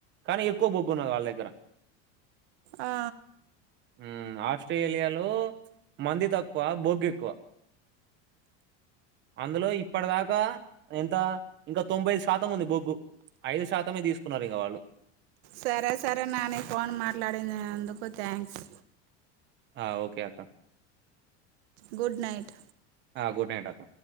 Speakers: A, on the right; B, on the right.
A: కానీ ఎక్కువ బొగ్గు ఉన్నది వాళ్ళ దగ్గర
B: ఆ
A: ఉమ్ ఆస్ స్ట్రేలియాలో మంది తక్కువ బొగ్గు ఎక్కువ అందులో ఇప్పటిదాక్ ఆ ఎంత ఇంకా తొంభై శాతం ఉంది బొగ్గు ఐదు శాతమే తీసుకున్నారు ఇగ వాళ్ళు
B: సరే సరే నాని ఫోన్ మాట్లాడినందుకు థ్యాంక్స్
A: ఆ ఓకే అక్క
B: గుడ్ నైట్
A: ఆ గుడ్ నైట్ అక్క